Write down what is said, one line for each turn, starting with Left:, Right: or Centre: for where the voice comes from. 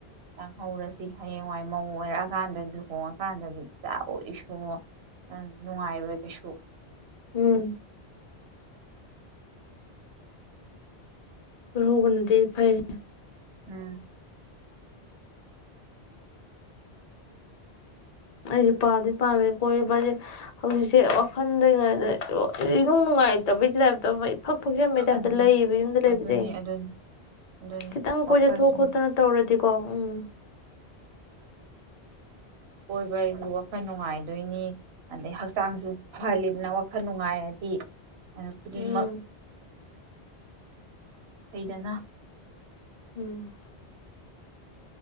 Right: ꯂꯥꯡꯍꯧꯔꯁꯤ ꯍꯌꯦꯡꯋꯥꯏ ꯃꯧ ꯑꯣꯏꯔꯛꯑꯀꯥꯟꯗ ꯂꯨꯍꯣꯡꯉꯀꯥꯟꯗꯗꯤ ꯏꯆꯥꯑꯣ ꯏꯁꯨꯑꯣ ꯅꯨꯡꯉꯥꯏꯔꯣꯏ ꯀꯩꯁꯨ
Left: ꯎꯝ ꯂꯧꯍꯧꯕꯟꯗꯤ ꯐꯩ
Right: ꯎꯝ
Left: ꯑꯩꯁꯦ ꯄꯥꯝꯗꯤ ꯄꯥꯝꯃꯦ ꯀꯣꯏ ꯄꯁꯦ ꯍꯧꯖꯤꯛꯁꯦ ꯋꯥꯈꯜꯗ꯭ꯔꯤꯉꯩꯗ ꯏ ꯅꯨꯡꯉꯥꯏꯇꯕꯩ ꯇꯥꯏꯞꯇ ꯐꯛ ꯐꯁꯦꯝꯕ ꯇꯥꯏꯞꯇ
Right: ꯑꯗꯨꯅꯤ
Left: ꯂꯩꯌꯦꯕ ꯌꯨꯝꯗ ꯂꯩꯕꯁꯦ
Right: ꯑꯗꯨꯅꯤ ꯑꯗꯨꯅꯤ ꯑꯗꯨꯅꯤ
Left: ꯈꯤꯇꯪ
Right: ꯋꯥꯈꯜ
Left: ꯀꯣꯏꯊꯣꯛ
Right: ꯁꯨꯝ
Left: ꯈꯣꯠꯇꯅ ꯇꯧꯔꯗꯤꯀꯣ ꯎꯝ
Right: ꯀꯣꯏꯕꯁꯨ ꯋꯥꯈꯜ ꯅꯨꯡꯉꯥꯏꯗꯣꯏꯅꯤ ꯑꯗꯩ ꯍꯛꯆꯥꯡꯁꯨ ꯐꯍꯜꯂꯤꯗꯅ ꯋꯥꯈꯜ ꯅꯨꯡꯉꯥꯏꯔꯗꯤ ꯑ ꯈꯨꯗꯤꯡꯃꯛ
Left: ꯎꯝ
Right: ꯍꯩꯗꯅ
Left: ꯎꯝ